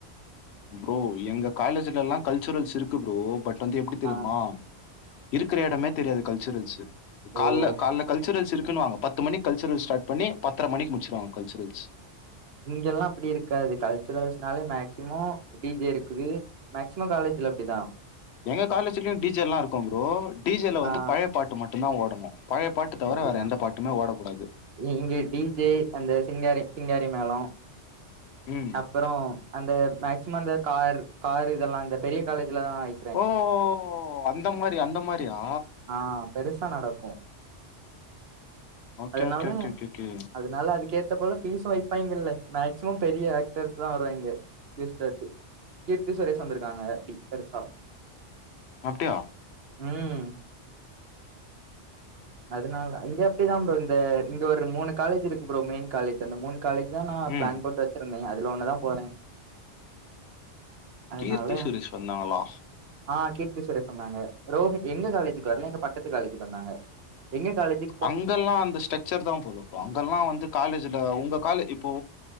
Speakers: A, on the left (about 70°); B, on the right (about 60°).
A: ப்ரோ எங்க காலேஜ்ஜுல எல்லா கல்ச்சுரல்ஸ் இருக்கு ப்ரோ பட் வந்து எப்டி தெரிமா
B: ஆ
A: இருக்குற எடமே தெரியாது கல்ச்சுரல்ஸ்ஸு கால்ல
B: ஓ
A: கால்ல கல்ச்சுரல்ஸ் இருக்குன்னுவாங்க பத்து மணிக் கல்ச்சுரல்ஸ் ஸ்டார்ட் பண்ணி பத்தர மணிக் முடிச்சுடுவாங்க கல்ச்சுரல்ஸ்
B: இங்கெல்லா அப்பிடி இருக்காது கல்ச்சுரல்ஸ்னாலே மேக்சிமம் டி ஜே இருக்குது மேக்சிமம் காலேஜ்ல அப்டி தா
A: எங்க காலேஜ்லையு டி ஜேலா இருக்கு ப்ரோ டி ஜேல வந்து
B: ஆ
A: பழைய பாட்டு மட்டுந்தா ஓடணு பழையப் பாட்டு டு தவர
B: சரிதா
A: வேற எந்த பாட்டுமே ஓடக்கூடாது
B: இங்க டி ஜே அந்த சிங்காரி சிங்காரி மேள அப்
A: ம்
B: அப்பறோ அந்த மேக்சிமம் அந்த கார் கார் இதெல்லா இந்த பெரிய காலேஜ்லதாய்
A: ஓ அந்த மாரி அந்த மாரியா
B: ஆ பெருசா நடக்கு
A: ஓகே
B: அதனாலு
A: ஓகே ஓகே
B: அது
A: ஓகே ஓகே
B: அதனால அதுக்கேத்த போல பீஸு வைப்பாங்கல்ல மேக்சிமம் பெரிய ஆக்டர்ஸ்லா வராய்ங்க கெஸ்ட்டாட்டு கீர்த்தி சுரேஷ் வந்துருக்காங்க அப்படி பெருசா
A: அப்டியா
B: ம் அதனால இங்க அப்படிதா ப்ரோ இந்த இங்க ஒரு மூணு காலேஜ் இருக்கு ப்ரோ மெயின் காலேஜ் அந்த மூணு காலேஜ் இதா நா
A: ம்
B: பிளான் போட்டு வெச்சிருந்தே அதுல ஒண்ணு தா போறே அதனால
A: கீர்த்தி சுரேஷ் வந்தாங்களா
B: ஆ கீர்த்தி சுரேஷ் வந்தாங்க ப்ரோ எங்க காலேஜ்ஜுக்கு வரல எங்க பக்கத்து காலேஜ்ஜுக்கு வந்தாங்க எங்க காலேஜ்ஜு
A: அங்கெல்லா அந்த ஸ்ட்ரக்சர் தா போல இப்போ அங்கெல்லா வந்து காலேஜ்ஜுல உங்க கால் இப்போ